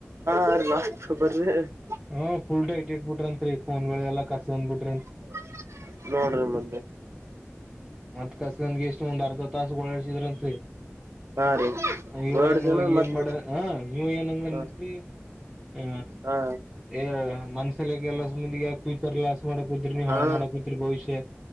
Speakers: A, on the right; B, in the centre.
A: ಹಾ ಲಾಸ್ಟ್ ಪೇಪರ್ ರಿ <unintelligible>
B: ಹಾ ಫುಲ್ ಟೈಟ್ ಇಟುಬೆಟೆಡರ್ ರಿ ಪೋನ್ ಗಳ ಕಸ್ಕೊಂಡ್ ಬಿಟ್ಟು
A: <unintelligible> ನೋಡ್ರಿ ಮ
B: ಮತ್ ಕಸಗನ್ಗೆ ಎಷ್ಟು ಒಂದ್ ಅರ್ಧ ತಾಸ ಓಳಾಡ್ಸಿದ್ರಂರಿ
A: ಹಾ ರೀ
B: ಇವು
A: ಗೋಡಸಣ
B: ಏನ್ ಹೋಗಿ
A: ಮತ್
B: ಏನ್ ಮಾಡ ಹ ಇವು ಏನ್ ಅಂದತ್ರಿ
A: ಹ
B: ಹ
A: ಹಾ
B: ಹೇ ಮನ್ಸಲಿಗೆಲ್ಲ ಎಷ್ಟು ಮಾಡೇ ಯಾಕೆ ಫ್ಯೂಚರ್ ಲಾಸ್ ಮಾಡಕ ಹದ್ರಿ
A: ಹಾ
B: ಹಾಳ ಮಾಡಾಕದಿರಿ ಭವಿಷ್ಯ